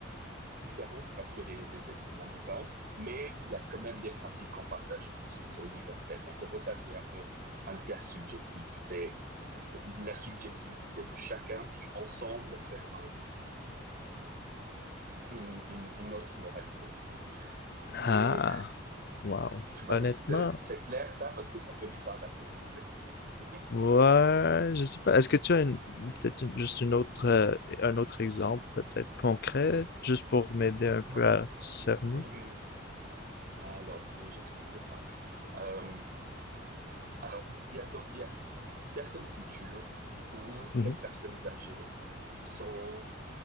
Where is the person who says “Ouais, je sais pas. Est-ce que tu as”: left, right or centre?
Left